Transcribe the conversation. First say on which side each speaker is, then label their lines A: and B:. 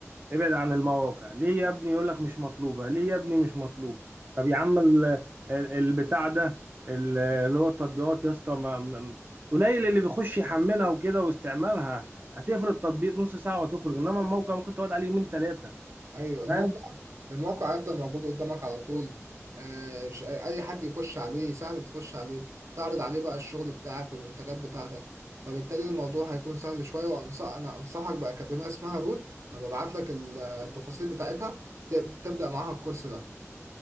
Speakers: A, on the right; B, on the right.
A: ابعد عن المواقع ليه يا ابني يقول لك مش مطلوبه ليه يا ابني مش مطلوبه طب يا عم ال- ال- البتاع ده ال- اللي هو التطبيقات يا اسطى ما- ما- قليل اللي بيخش يحملها وكده واستعمالها هتفرد تطبيق نص ساعه وتخرج انما الموقع ممكن تقعد عليه يومين ثلاثه
B: ايوه الموقع
A: فاهم
B: الموقع هيفضل موجود قدامك على طول آه، ش- اي حد يخش عليه سهل تخش عليه تعرض عليه بقى الشغل بتاعك والمنتجات بتاعتك فبالتالي الموضوع هيكون سهل شويه وانصح انا انصحك باكاديميه اسمها روت هبقى ابعت لك التفاصيل بتاعتها تب- تبدا معاها الكورس ده